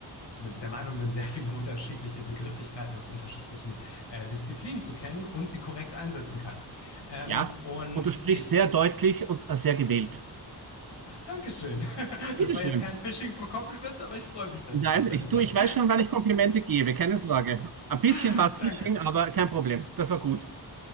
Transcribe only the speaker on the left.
zumindest der Meinung bin, sehr viele unterschiedliche Begrifflichkeiten aus unterschiedlichen, äh, Disziplinen zu kennen und sie korrekt einsetzen kann. Ähm,
und
ich
danke schön. <laughs>
Das war jetzt kein Fishing for Compliments, aber ich freue mich natürlich
darüber.
<laughs>
Danke.